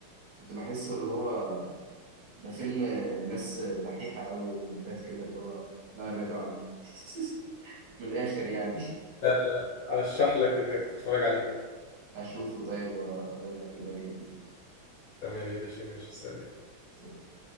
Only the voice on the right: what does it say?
كنت بحسه اللي هو ده فيلم ناس دحيحة قوي ولدات كده اللي هو لا يبعدوا عني <laughs> من الآخر يعني
<laughs> هشوفه طيب وبقول لك ايه رأيي
فيه